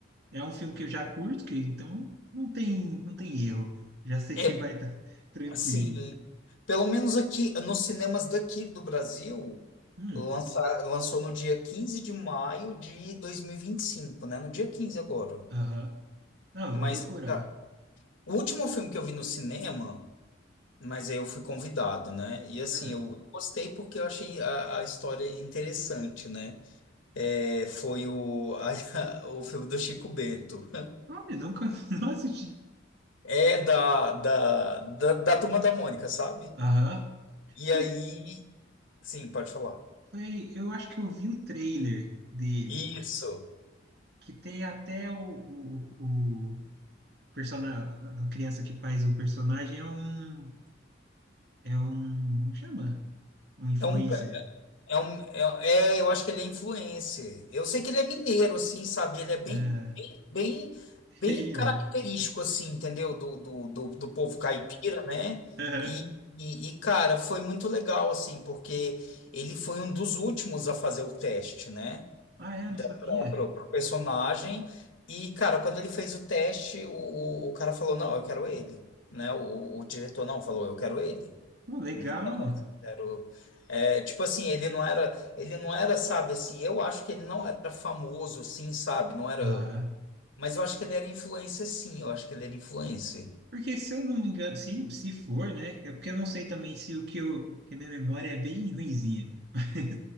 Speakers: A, on the right; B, on the left.
A: é um filme que eu já curto, que então não tem, não tem erro. Já sei
B: É,
A: que vai estar <laughs> tranquilo.
B: assim, Pelo menos aqui, nos cinemas daqui do Brasil,
A: Hum,
B: lança, lançou no dia 15 de maio de dois mil e e vinte e cinco, né? No dia 15 agora.
A: aham. Ah, eu
B: Mas
A: vou procurar.
B: cara, o último filme que eu vi no cinema, mas aí eu fui convidado, né? E assim,
A: Ah,
B: eu gostei porque eu achei a, a história interessante, né? É, foi o, <laughs> o filme do Chico Bento.
A: olha, nunca <laughs> não assisti.
B: É da, da, da, da Turma da Mônica, sabe?
A: Aham.
B: E
A: Foi,
B: aí, sim, pode falar.
A: foi, eu acho que eu vi o trailer dele,
B: Isso.
A: que tem até o, o, o personagem, a criança que faz o personagem é um, é um, como chama? Um influencer.
B: É um, É um, é, é, eu acho que ele é influencer. Eu sei que ele é mineiro, assim, sabe? Ele é bem,
A: Ah,
B: bem,
A: <laughs>
B: bem
A: é ele
B: característico,
A: mesmo.
B: assim, entendeu? Do, do, do, do povo caipira, né?
A: Aham.
B: E, e, e, cara, foi muito legal, assim, porque ele foi um dos últimos a fazer o teste, né?
A: Ah, é,
B: Da,
A: não sabia.
B: pra, pro, pro personagem. E, cara, quando ele fez o teste, o, o, o cara falou, não, eu quero ele, né? O, o diretor não falou, eu quero ele.
A: Pô, legal.
B: Né? Era o- é, tipo assim, ele não era, ele não era, sabe, assim, eu acho que ele não era famoso, sim, sabe, não era,
A: Aham.
B: mas eu acho que ele era influencer, sim, eu acho que ele era influencer.
A: Porque se eu não me engano, se, se for, né? É porque eu não sei também se o que eu. Porque minha memória é bem ruinzinha. <laughs> Mas